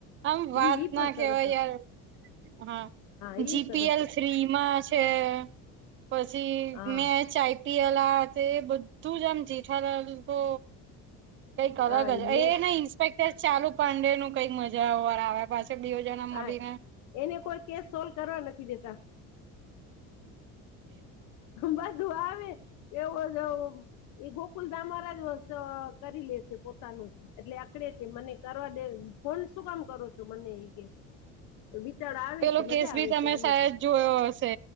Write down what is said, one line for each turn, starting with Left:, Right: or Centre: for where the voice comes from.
Right: આમ વાત
Left: ઈ ઈ
Right: ના
Left: પણ સરસ
Right: કેવાય
Left: હતું
Right: યાર, હા
Left: ઈ
Right: જીપીએલ
Left: સરસ
Right: થ્રી માં છે. પછી
Left: હા
Right: મેચ આઇ આઈપીએલ આ તે એ બધું જ આમ જેઠાલાલ તો કંઈક અલગ
Left: હા
Right: જ
Left: મેં
Right: એ નઈ ઈન્સપેકટર ચાલુ પાંડે નું કઈક મજા ઓર આવ્યા પાછું, તે બેઉ જના
Left: હા
Right: મલીને
Left: એને કોઈ કેસ સોલ્વ કરવા નથી દેતા, બધું આવે એવો જોવ એ ગોકુલધામ વારા જ કરી લે છે પોતાનું જ, એટલે આકડે છે મને કરવા દે ફોન શું કામ કરો છો મને ઈ કે, <unintelligible>
Right: પેલો કેસ ભી
Left: આવે
Right: તમે
Left: છે આને
Right: સાયદ
Left: પણ
Right: જોયો હશે